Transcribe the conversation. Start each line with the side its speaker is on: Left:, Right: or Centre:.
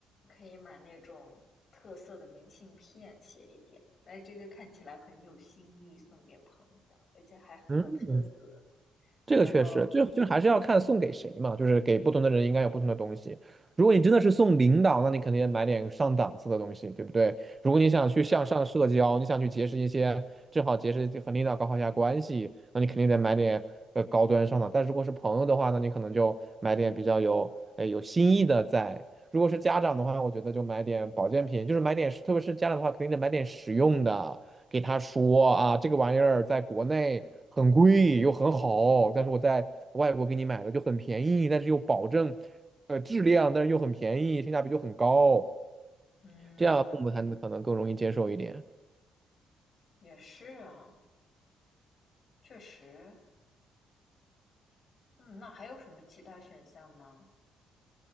Left: 可以买那种特色的明信片，写一点。来这个看起来很有新意，送给朋友，而且还很有特色。
Right: 嗯这个确实，
Left: 然后，
Right: 就就是还是要看送给谁嘛，
Left: 嗯
Right: 就是给不同的人应该有不同的东西。如果你真的是送领导，那你肯定买点上档次的东西，对不对？如果你想去向上社交，
Left: 嗯，
Right: 你想去结识一些，正好结识和领导搞好一下关系，那你肯定得买点呃高端上档。但如果是朋友的话，那你可能就买点比较有呃有新意的在。如果是家长的话，我觉得就买点保健品，就是买点，特别是家长的话，肯定得买点实用的。给他说啊，这个玩意儿在国内很贵又很好，但是我在外国给你买的就很便宜，但是又保证呃质量，但是又很便宜，性价比就很高，
Left: 嗯，
Right: 这样父母才能可能更容易接受一点。
Left: 也是啊，确实，嗯，那还有什么其他选项吗？